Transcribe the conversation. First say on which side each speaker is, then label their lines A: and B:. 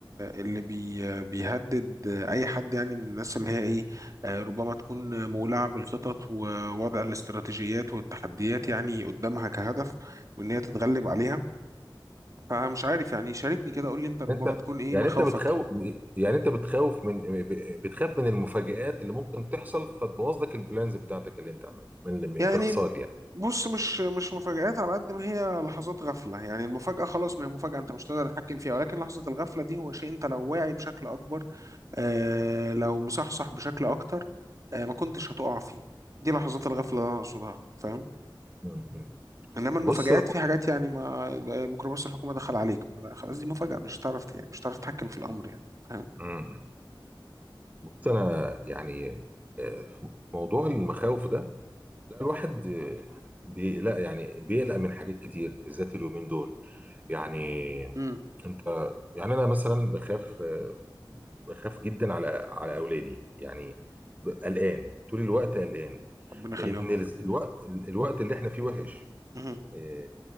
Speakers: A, on the right; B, on the right.
A: اللي بي بيهدد اي حد يعني من الناس اللي هي ايه آه، ربما تكون مولعة بالخطط ووضع الاستراتيجيات والتحديات يعني قدامها كهدف وان هي تتغلب عليها فمش عارف يعني شاركني كده قول لي انت ربما
B: إن انت
A: تكون ايه
B: يعني
A: مخاوفك
B: انت بتخوف يعني انت بتخوف من بتخاف من المفاجآت اللي ممكن تحصل فتبوظ لك البلانز بتاعتك اللي انت عاملها من اللي-
A: يعني
B: باختصار يعني
A: بص مش مش مفاجآت على قد ما هي لحظات غفلة يعني المفاجأة خلاص ما هي مفاجأة انت مش تقدر تتحكم فيها ولكن لحظة الغفلة دي هو شيء انت لو واعي بشكل اكبر آه لو مصحصح بشكل اكتر آه ما كنتش هتقع فيه دي لحظات الغفلة اللي انا اقصدها فاهم
B: مم. مم.
A: انما المفاجآت
B: بص
A: في حاجات يعني ما آه، ميكروباص الحكومة دخل عليك ما لا، خلاص دي مفاجأة مش هتعرف يعني مش هتعرف تتحكم في الامر يعني فاهم
B: مم. بص انا يعني آه، في موضوع المخاوف ده لا الواحد آه، بيقلق يعني بيقلق من حاجات كتير بالذات اليومين دول يعني
A: امم
B: انت يعني انا مثلا بخاف آه، بخاف جدا على على اولادي يعني ب- قلقان طول الوقت قلقان
A: ربنا يخليهم
B: لان ال-
A: لك
B: الوقت ال- الوقت اللي احنا فيه وحش
A: مهم.
B: إيه،